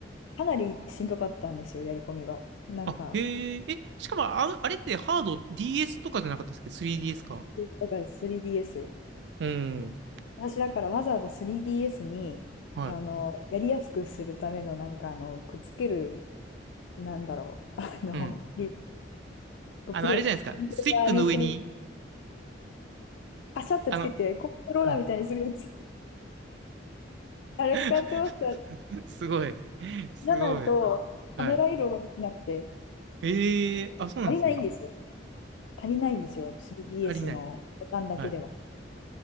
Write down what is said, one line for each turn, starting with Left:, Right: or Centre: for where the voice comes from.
Left: かなりしんどかったんですよ、やり込みが。なんか、
Right: あ、へえ、え、しかもあ、あれってハード DS とかじゃなかったっすっけ ?3DS か。
Left: だから 3DS。
Right: うん。
Left: 私だからわざわざ 3DS に、
Right: はい。
Left: あの、やりやすくするための、なんか、あの、くっつける、なんだろう、<laughs> あの、
Right: うん。
Left: リ、
Right: あの、
Left: プレイ、
Right: あれじゃないですか。
Left: コントローラーにする、
Right: スティックの上に、
Left: パシャってつけて、
Right: あの、
Left: コントローラーみたいにするやつ、
Right: うん。
Left: あれ買ってました。
Right: <laughs> すごい。すごい。
Left: じゃないと、
Right: はい。
Left: カメラ移動ができなくて、
Right: ええあ、そうなんですね。
Left: 足りないんですよ。足りないんですよ。
Right: うん
Left: 3DS
Right: 足りない。
Left: のボタンだけでは。
Right: はい。